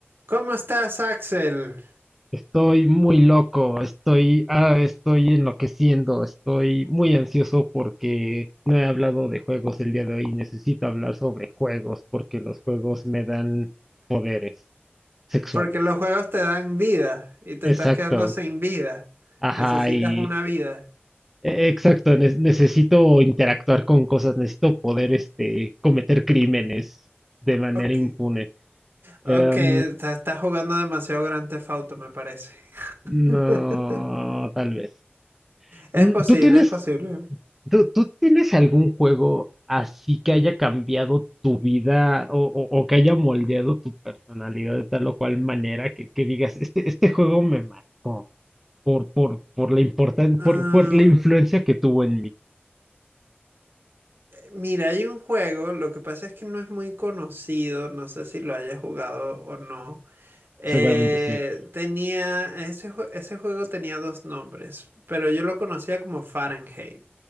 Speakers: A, on the right; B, in the centre.
A: ¿Cómo estás, Axel?
B: Estoy muy loco, estoy, ah, estoy enloqueciendo, estoy muy ansioso porque no he hablado de juegos el día de hoy. Necesito hablar sobre juegos porque los juegos me dan poderes sexuales.
A: Porque los juegos te dan vida y te estás
B: Exacto,
A: quedando sin vida.
B: ajá,
A: Necesitas
B: y
A: una vida.
B: e- exacto, ne- necesito interactuar con cosas, necesito poder, este, cometer crímenes de manera
A: Ok,
B: impune.
A: ok,
B: Em,
A: te estás jugando demasiado Grand Theft Auto, me parece.
B: no,
A: <laughs>
B: tal vez.
A: Es
B: Mm,
A: posible,
B: ¿Tú tienes
A: es posible.
B: ¿Tú, tú tienes algún juego así que haya cambiado tu vida o, o- o que haya moldeado tu personalidad de tal o cual manera que, que digas, este, este juego me marcó por, por, por la importan-
A: Ah,
B: por, por la influencia que tuvo en mí?
A: mira, hay un juego, lo que pasa es que no es muy conocido, no sé si lo hayas jugado o no. Eh,
B: Seguramente sí.
A: tenía, ese, jue- ese juego tenía dos nombres, pero yo lo conocía como Fahrenheit.